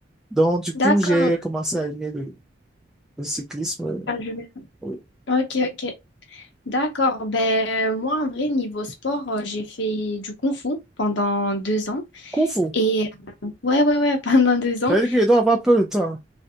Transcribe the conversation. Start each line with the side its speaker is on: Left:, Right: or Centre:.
Centre: Donc, du coup,
Left: D'accord.
Centre: j'ai commencé à aimer le, le cyclisme. euh,
Left: Ah, je vais-
Centre: oui.
Left: Ok, ok. D'accord. Ben, moi, en vrai, niveau sport, euh, j'ai fait du kung fu pendant deux ans.
Centre: Kung Fu,
Left: Et ouais, ouais, ouais, <laughs> pendant deux ans.
Centre: ça veut dire que je dois avoir peu de temps.